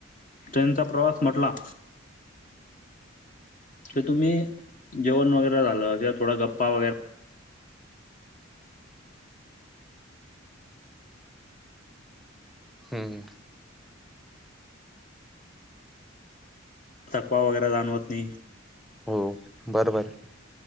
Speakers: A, on the left (about 40°); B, in the centre.
A: ट्रेनचा प्रवास म्हटला. क तुम्ही जेवण वगैरे झालं किं थोडा गप्पा वगैरे.
B: हम.
A: तथकवा वगैरे जाणवत नाही.
B: हो बरबर.